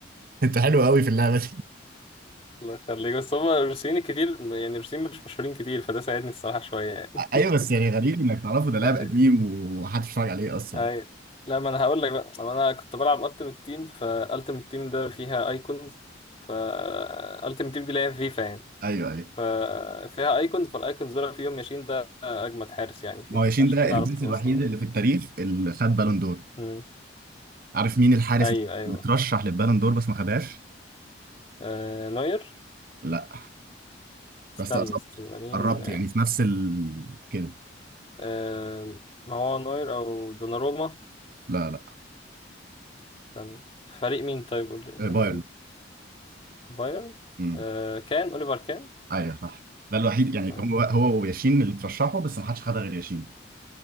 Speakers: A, on the right; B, on the left.
A: انت حلو قوي في اللعبه دي
B: الله يخليك بس هم الروسيين كتير يعني الروسيين مش مشهورين كتير فده ساعدني الصراحة شوية يعني
A: ايوه بس يعني غريب انك تعرفه ده لاعب
B: <laughs>
A: قديم ومحدش اتفرج عليه اصلا
B: اي لا ما انا هقول لك بقى طب انا كنت بلعب التيمت تيم فالتيمت تيم ده فيها ايكونز فالتيمت تيم دي اللي هي فيفا يعني
A: ايوه ايوه
B: ففيها ايكونز فالايكونز دول فيهم ياشين ده اجمد حارس يعني فيها
A: ما هو ياشين
B: عشان
A: ده
B: كده
A: الجنس
B: عرفته
A: الوحيد
B: اصلا
A: اللي في التاريخ اللي خد بالون دور
B: مم.
A: عارف مين الحارس
B: ايوه ايوه
A: اللي اترشح للبالون دور بس ما خدهاش
B: آه نوير
A: لا
B: استنى
A: بس قربت
B: استنى مين
A: قربت يعني في نفس ال... كده
B: آه ما هو نوير او دوناروما
A: لا لا
B: استنى فريق مين طيب قول لي ممكن
A: آه، بايرن
B: اجيب بايرن
A: امم
B: آه كان اوليفر كان
A: ايوه صح ده الوحيد يعني
B: آه.
A: هو هو وياشين اللي ترشحوا بس ما حدش خدها غير ياشين